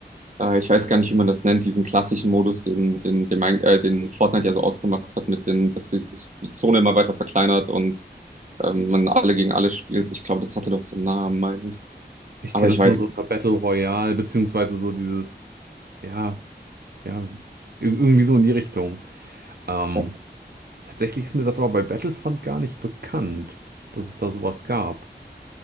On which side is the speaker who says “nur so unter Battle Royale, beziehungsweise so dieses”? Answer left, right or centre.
Right